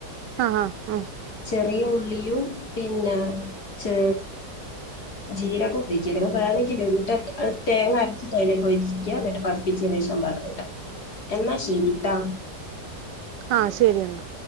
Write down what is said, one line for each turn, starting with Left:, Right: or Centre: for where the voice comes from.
Right: ആ ആ ആ
Left: ചെറിയ ഉള്ളിയും പിന്നെ ചെ ജീരകം ജീരകം വേണങ്കില് എന്നിട്ട് ആ തേങ്ങ അരച്ചി അലേക്ക് ഒഴിക്ക്യാ എന്നിട്ട് <unintelligible> ശേഷം വറവ് ഇടാ എന്നാ ശെരിട്ടാ
Right: ആ ശെരി എന്നാ